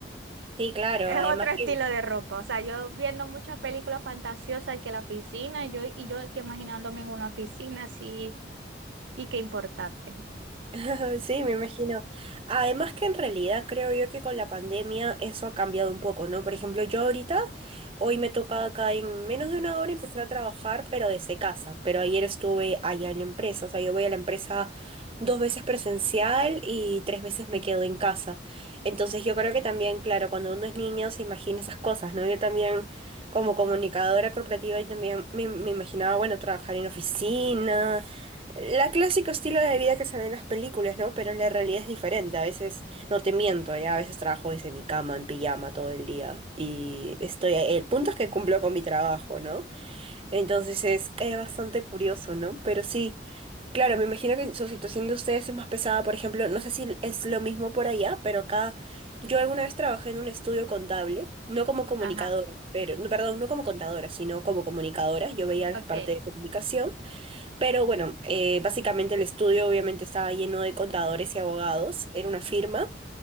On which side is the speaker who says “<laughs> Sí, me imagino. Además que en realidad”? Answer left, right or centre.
Right